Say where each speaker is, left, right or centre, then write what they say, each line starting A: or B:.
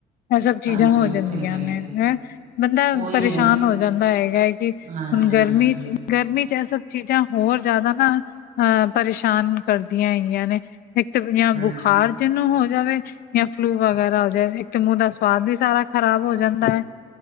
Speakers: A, on the left; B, on the right.
A: ਇਹ ਸਭ ਚੀਜ਼ਾਂ
B: ਹਾਂਜੀ
A: ਹੋ
B: ਉਹ
A: ਜਾਂਦੀਆਂ
B: ਤੇ ਹੈ ਹੀ
A: ਨੇ
B: ਹੈ
A: ਹੈਂ। ਬੰਦਾ
B: ਉਹੀ
A: ਪਰੇਸ਼ਾਨ
B: ਹੈ
A: ਹੋ ਜਾਂਦਾ ਹੈਗਾ ਹੈ, ਕਿ
B: ਹਾਂਜੀ,
A: ਹੁਣ ਗਰਮੀ
B: ਹਾਂਜੀ।
A: ਚ ਗਰਮੀ ਚ ਇਹ ਸਭ ਚੀਜ਼ਾਂ ਹੋਰ ਜ਼ਿਆਦਾ ਨਾ ਅਹ ਪਰੇਸ਼ਾਨ ਕਰਦੀਆਂ ਹੈਗਆਂ ਨੇ। ਇੱਕ ਜਾਂ
B: ਹਾਂਜੀ।
A: ਬੁਖਾਰ ਜਿਹਨੂੰ ਹੋ ਜਾਵੇ। ਜਾਂ ਫਲੂ ਵਗੈਰਾ ਹੋ ਜਾਵੇ, ਇੱਕ ਮੂੰਹ ਦਾ ਸਵਾਦ ਵੀ ਸਾਰਾ ਖ਼ਰਾਬ ਹੋ ਜਾਂਦਾ ਹੈ।